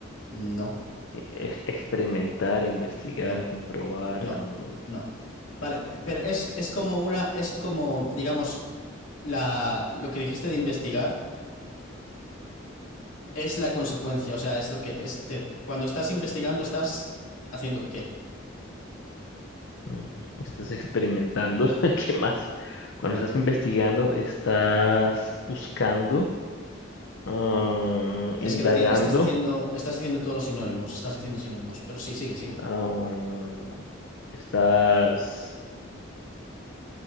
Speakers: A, on the left; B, on the left.
A: No,
B: e- ex- experimentar, investigar,
A: no,
B: comprobar.
A: no,
B: mm,
A: no. Vale, pe- pero es, es como una, es como, digamos, la, lo que dijiste de investigar. es la consecuencia, o sea, es lo que este, cuando estás investigando estás haciendo qué?
B: mm, estás experimentando, <laughs> ¿qué más? Cuando
A: No,
B: estás investigando, estás buscando, ah,
A: es
B: indagando,
A: que lo tienes estás diciendo, estás diciendo todos los sinónimos, estás diciendo sinónimos, pero sí, sigue, sigue,
B: ah, estás